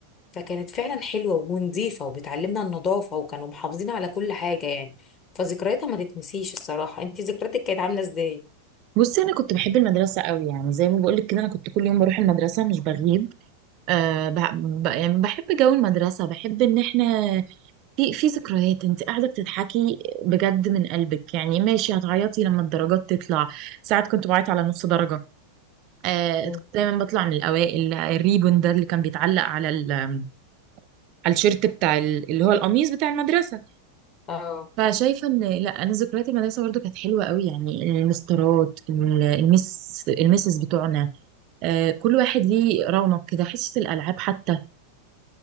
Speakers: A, on the left (about 30°); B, on the right (about 40°).
A: فكانت فعلا حلوه ونظيفه وبتعلمنا النظافه وكانوا محافظين على كل حاجه يعني فذكرياتها ما تتنسيش الصراحه انت ذكرياتك كانت عامله ازاي
B: بصي انا كنت بحب المدرسة قوي يعني زي ما بقولك كده انا كنت كل يوم بروح المدرسة مش بغيب أه بح- ب... يعني بحب جو المدرسة بحب ان احنا في في ذكريات انت قاعدة بتضحكي بجد من قلبك يعني ماشي هتعيطي لما الدرجات تطلع ساعات كنت بعيط على نص درجة آه
A: مم.
B: كنت دايما بطلع من الاوائل الريبون ده اللي كان بيتعلق على ال- على الشيرت بتاع ال- اللي هو القميص بتاع المدرسه
A: اه
B: فشايفه ان لا انا ذكريات المدرسه برضو كانت حلوه قوي يعني المسطرات ال- المس المسز بتوعنا آه كل واحد ليه رونق كده حصص الالعاب حتى